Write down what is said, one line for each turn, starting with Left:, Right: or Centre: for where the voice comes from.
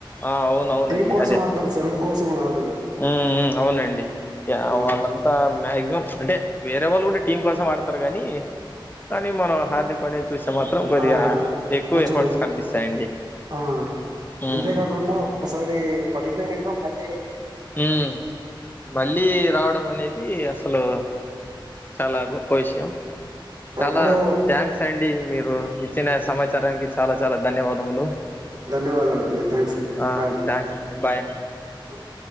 Left: ఆ అవున అవునండి
Right: టీం కోసం
Left: అదే
Right: ఆడతారు సెల్ఫ్ కోసం ఆడాడు
Left: మ్ అవునండి
Right: ఆ,
Left: వాళ్ళంతా మ్యాక్సిమం అంటే వేర వాళ్ళ కూడా టీం కోసం ఆడతారు కాగాని కానీ మనం హార్దిక్ పాండె చూసే మాత్రం కొద్దిగా
Right: ఆ,
Left: ఎక్కువ
Right: కొంచెం
Left: ఎఫర్ట్స్ కనిపిస్తాయండి
Right: ఆ
Left: ఉమ్
Right: అంతేకాకుండా ఒకసారి <unintelligible> మళ్ళి
Left: మ్మ్ మళ్ళీ రావడం అనేది అసలు చాలా గొప్ప విషయం చాలా
Right: అప్పుడు
Left: థ్యాంక్స్ అండి మీరు ఇచ్చిన సమాచారానికి చాలా చాలా ధన్యవాదములు
Right: ధన్యవాదాలండి థ్యాంక్స్ అండి
Left: ఆ
Right: బాయ్ అండి
Left: థ్యాంక్స్ అండి బాయ్
Right: ఆ.